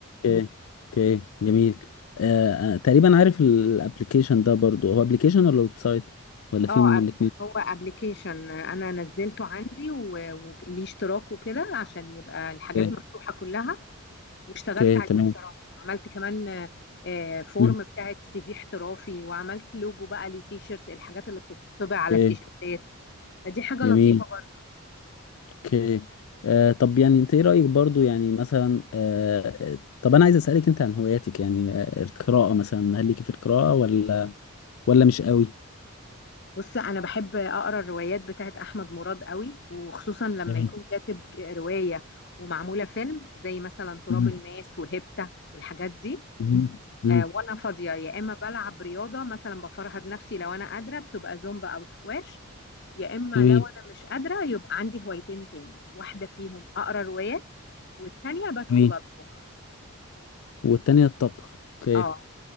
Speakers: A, on the left; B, on the left.
A: اوكي اوكي جميل آه آه، تقريبا عارف الابلكيشن ده برضو هو ابلكيشن ولا ويب سايت ولا
B: اه
A: في
B: أب-
A: منه الاثنين
B: هو ابلكيشن انا نزلته عندي و- وليه اشتراك وكده عشان يبقى الحاجات
A: اوكي
B: مفتوحه كلها واشتغلت
A: اوكي
B: عليه
A: تمام
B: بصراحة عملت كمان آه، آه، فورم
A: مم،
B: بتاعت سي في احترافي وعملت لوجو بقى لتيشيرت الحاجات اللي بتطبع على
A: اوكي
B: التيشيرتات فدي حاجة
A: جميل
B: لطيفة برضو
A: اوكي آه طب يعني انت ايه رأيك برضو يعني مثلا آه طب انا عايز اسألك انت عن هواياتك يعني آه القراءة مثلا هل ليكي في القراءة ولا ولا مش قوي
B: بص أنا بحب أقرأ الروايات بتاعت أحمد مراد قوي وخصوصا لما
A: جميل
B: يكون كاتب رواية ومعمولة فيلم زي مثلا تراب
A: مم،
B: الماس وهيبتا والحاجات دي
A: مم، مم،
B: آه، وانا فاضيه يا اما بلعب رياضه مثلا بفرهد نفسي لو انا قادره بتبقى زومبا او سكواش يا اما
A: جميل
B: لو انا مش قادره يبقى عندي هوايتين تاني واحده فيهم اقرا روايات والتانيه بدخل
A: جميل
B: اطبخ
A: والتانية الطبخ اوكي
B: اه